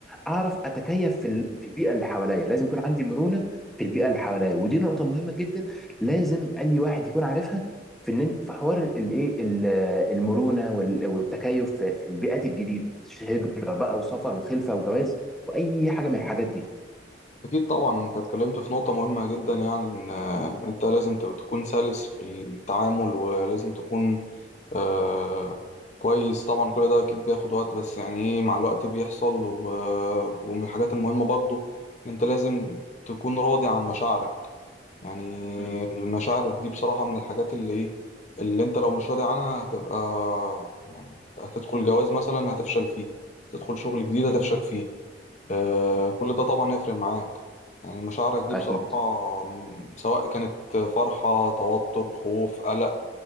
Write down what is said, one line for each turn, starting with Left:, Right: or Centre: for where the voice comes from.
Centre: اعرف اتكيف في ال- في البيئه اللي حواليا لازم يكون عندي مرونه في البيئه اللي حواليا ودي نقطه مهمه جدا لازم اي واحد يكون عارفها في ان إنت- في حوار الايه ال- المرونه وال- والتكيف في في البيئات الجديده هجره بقى وسفر وخلفه وجواز واي حاجه من الحاجات دي
Left: أكيد طبعا أنت اتكلمت في نقطة مهمة جدا يعني إن آه، إن أنت لازم ت- تكون سلس في التعامل ولازم تكون آه كويس طبعا كل ده أكيد بياخد وقت بس يعني إيه مع الوقت بيحصل و- ومن الحاجات المهمة برضو أنت لازم تكون راضي عن مشاعرك يعني
Centre: مم.
Left: المشاعر دي بصراحة من الحاجات اللي ايه اللي انت لو مش راضي عنها هتبقى يعني هتدخل جواز مثلا هتفشل فيه تدخل شغل جديد
Centre: مم.
Left: هتفشل فيه آه
Centre: مم.
Left: كل ده طبعا هيفرق معاك يعني مشاعرك دي
Centre: اكيد
Left: بصراحة م، سواء كانت فرحة توتر خوف قلق